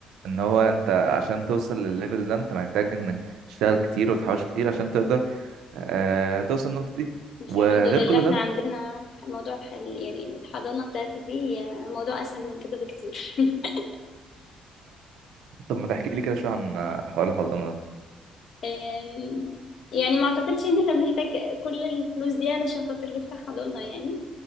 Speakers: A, on the right; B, on the left.
A: ان هو انت عشان توصل للليفل ده انت محتاج انك تشتغل كتير وتحوش كتير عشان تقدر آه، توصل للنقطة دي
B: بس
A: وغير
B: الحمد لله
A: كل
B: احنا
A: ده
B: عندنا موضوع حل يعني الحضانة بتاعتي دي موضوع اسهل من كده بكتير <laughs>
A: طب ما تحكي لي كده شوية عن آه، حوار الحضانة ده
B: آم، يعني ما اعتقدش ان احنا بنحتاج كل الفلوس دي علشان خاطر نفتح حضانة يعني